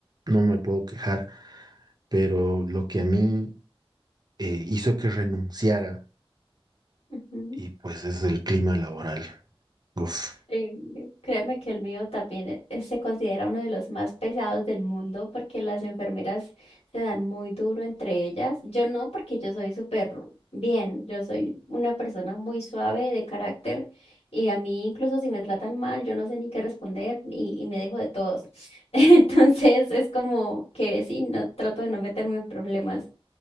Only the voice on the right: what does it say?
no me puedo quejar, pero lo que a mí eh, hizo que renunciara,
y pues es el clima laboral. Uf,